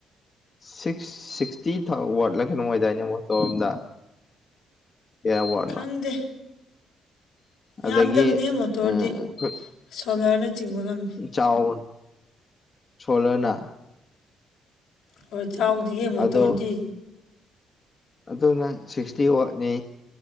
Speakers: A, on the left (about 35°); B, on the left (about 85°).
A: ꯁꯤꯛꯁ ꯁꯤꯛꯁꯇꯤ ꯋꯥꯠꯂꯒꯦ ꯅꯅꯨꯡꯃꯥꯏꯗꯥꯏꯅꯦ ꯃꯣꯇꯣꯔꯔꯣꯝꯗ ꯀꯌꯥ ꯋꯥꯔꯠꯅꯣ
B: ꯈꯪꯗꯦ
A: ꯑꯗꯒꯤ
B: ꯌꯥꯝꯗꯕꯅꯦ ꯃꯣꯇꯣꯔꯗꯤ
A: ꯑꯩꯈꯣꯏ
B: ꯁꯣꯂꯔꯅꯆꯤꯡꯕ ꯉꯝꯃꯤ
A: ꯆꯥꯎꯕ ꯁꯥꯂꯔꯅ
B: ꯍꯣꯏ ꯆꯥꯎꯗꯤꯌꯦ ꯃꯣꯇꯣꯔꯗꯤ
A: ꯑꯗꯣ ꯑꯗꯨꯅ ꯁꯤꯛꯁꯇꯤ ꯋꯥꯠꯅꯤ